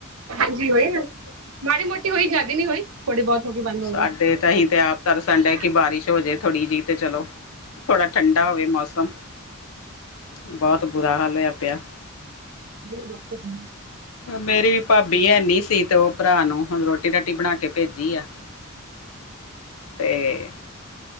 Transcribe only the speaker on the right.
ਹਾਂਜੀ, ਹੋਈ ਨਾ। ਮਾੜੀ ਮੋਟੀ ਹੋਈ, ਜ਼ਿਆਦੀ ਨੀ ਹੋਈ। ਥੋੜੀ ਬਹੁਤ ਹੋ ਕੇ ਬੰਦ ਹੋ
ਗਈ
ਅੱਛਾ
ਬਣ
ਜੇ ਉਹ ਡਾਕਟਰ ਨੂੰ